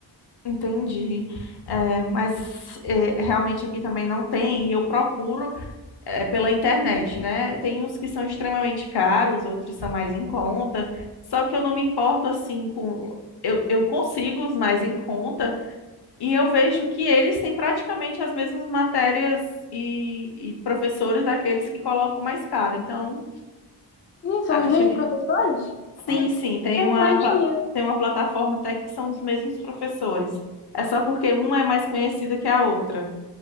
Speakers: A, on the left (about 65°); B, on the left (about 30°).
A: entendi. Eh, mas eh, realmente aqui também não tem, e eu procuro. é, pela internet, né? Tem uns que são extremamente caros, outros são mais em conta. Só que eu não me importo assim com. Eu, eu consigo os mais em conta e eu vejo que eles têm praticamente as mesmas matérias e, e professores daqueles que colocam mais caro. Então,
B: Ih, são
A: acho
B: os mesmos
A: que
B: professores?
A: sim,
B: É
A: sim, tem
B: interessante
A: uma, pla-
B: isso.
A: tem uma plataforma até que são os mesmos professores. É só porque uma é mais conhecida que a outra.